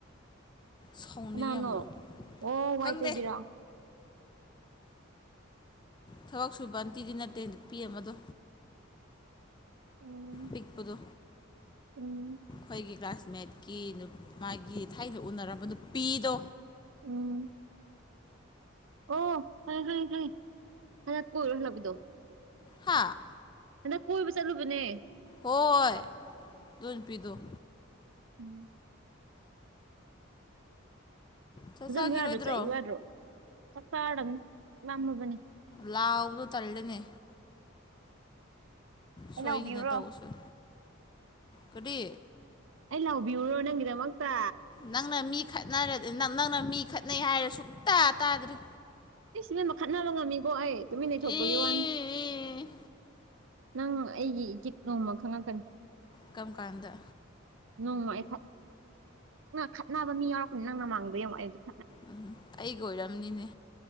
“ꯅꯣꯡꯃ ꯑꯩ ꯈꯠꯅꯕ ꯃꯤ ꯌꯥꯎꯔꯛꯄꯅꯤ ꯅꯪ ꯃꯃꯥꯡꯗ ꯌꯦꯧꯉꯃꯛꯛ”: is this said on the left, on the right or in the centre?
Right